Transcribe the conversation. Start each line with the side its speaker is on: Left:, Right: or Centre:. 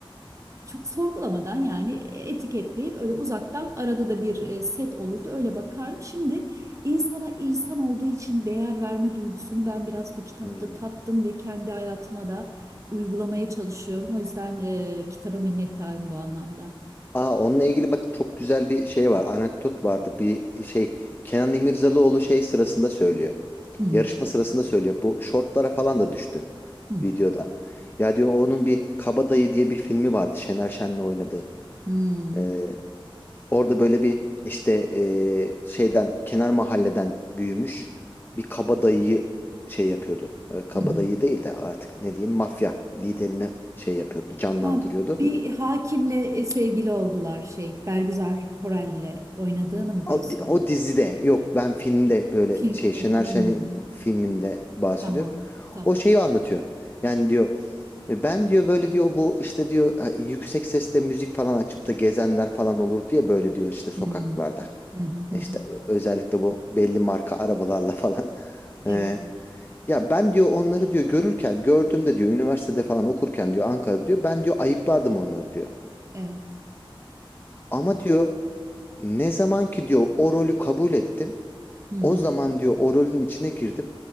Right: çok sorgulamadan yani etiketleyip öyle uzaktan arada da bir e, set olurdu öyle bakardım. Şimdi insana insan olduğu için değer verme duygusunu ben biraz bu kitapta
Left: Hı.
Right: tattım ve kendi hayatıma da uygulamaya çalışıyorum. O yüzden e, kitaba minnettarım bu anlamda.
Left: Aa, onunla ilgili bak çok güzel bir şey var. Anekdot vardı. Bir şey Kenan İmirzalıoğlu şey sırasında söylüyor.
Right: Hmm,
Left: Yarışma sırasında söylüyor. Bu şortlara falan da düştü
Right: hmm,
Left: videoda. Ya diyor onun bir Kabadayı diye bir filmi vardı Şener Şen'le oynadığı.
Right: hmm,
Left: Ee, orada böyle bir işte ee, şeyden kenar mahalleden büyümüş bir kabadayıyı şey yapıyordu. Ee, kabadayı
Right: hı hı.
Left: değil de artık ne diyeyim mafya liderine şey yapıyordu, canlandırıyordu.
Right: Ha, bir hakimle e, sevgili oldular şey Bergüzar Korel'le oynadığını mı diyorsun
Left: O, di-
Right: ya?
Left: o dizide yok ben filmde böyle
Right: Filmini.
Left: şey Şener
Right: Hmm,
Left: Şen'in filminde bahsediyorum.
Right: tamam tamam.
Left: O şeyi anlatıyor. Yani diyor "E, ben diyor böyle diyor bu işte diyor e, yüksek sesle müzik falan açıp da gezenler falan olur diye böyle diyor işte sokaklarda.
Right: Hmm. Hı hı hı.
Left: E İşte ö- özellikle bu belli marka arabalarla falan. <laughs>
Right: Evet,
Left: E, ya ben diyor onları diyor görürken gördüğümde diyor üniversitede falan okurken diyor Ankara'da diyor ben diyor ayıplardım onları diyor.
Right: evet.
Left: Ama diyor ne zaman ki diyor o rolü kabul ettim.
Right: Hı hı.
Left: O zaman diyor o rolün içine girdim.